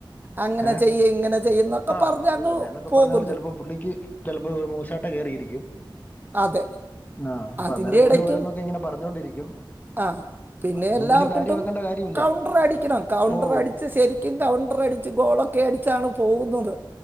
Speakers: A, on the right; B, on the left.
A: അങ്ങനെ
B: ഏ
A: ചെയ്യ ഇങ്ങനെ ചെയ്യുന്നൊക്കെ
B: ആ
A: പറഞ്ഞ്
B: അത്
A: അങ്ങ്
B: തന്നെ എന്നൊക്കെ
A: പോകുന്നു
B: പറഞ്ഞപോലെ ചെലപ്പം പുള്ളിക്ക് ചെലപ്പൊ മൂശാട്ട കേറിയിരിക്കും.
A: അതെ
B: ആഹ് അപ്പൊ
A: അതിന്റെ
B: അന്നേരം പുള്ളി
A: എടയ്ക്കും
B: ഓരോന്നൊക്കെ ഇങ്ങനെ പറഞ്ഞോണ്ടിരിക്കും
A: ആ പിന്നെ
B: അപ്പൊ അതൊന്നും
A: എല്ലാവർക്കിട്ടും
B: വലിയ കാര്യമാക്കേണ്ട കാര്യമില്ല
A: കൗണ്ടർ അടിക്കണം കൗണ്ടർ
B: ഓഹ്
A: അടിച്ച് ശരിക്കും കൗണ്ടർ അടിച്ച് ഗോളൊക്കെ അടിച്ചാണ് പോകുന്നത്.